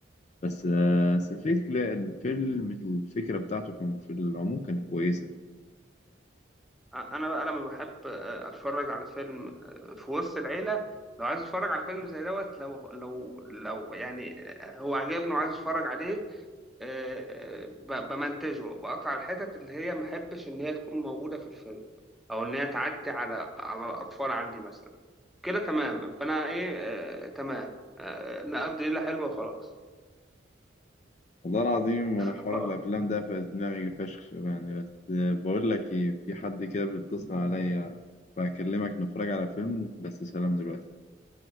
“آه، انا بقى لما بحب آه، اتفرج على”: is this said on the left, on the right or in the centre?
Centre